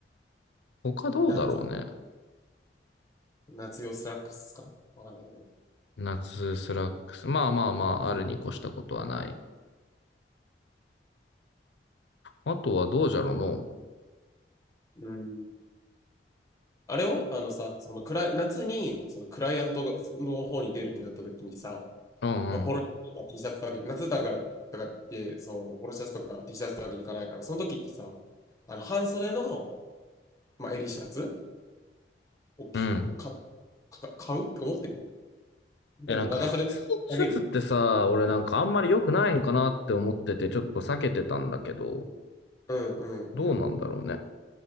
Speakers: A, on the left; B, on the left.
A: 他どうだろうね。
B: 夏、夏用スラックスかわかんないけど。
A: 夏スラックス。まあまあまあ、あるに越したことはない。あとはどうじゃろうの。
B: うん。あれをあのさ、
A: え
B: そのクラ、夏にそのクライアントがの方に出るってなった時にさ、
A: うんうん。
B: まあ、ポロシャツとか T シャツだけ、夏だからとかって、そう、ポロシャツとか T シャツだけに行かないから、その時ってさ、あの半袖の、まあ、襟シャツをきか
A: うん。
B: か買うとて思ってるでも長袖あげる。
A: え、なんか、シャツってさ、俺なんかあんまり良くないんかなって思ってて、ちょっと避けてたんだけど、
B: うんうんうん。
A: どうなんだろうね。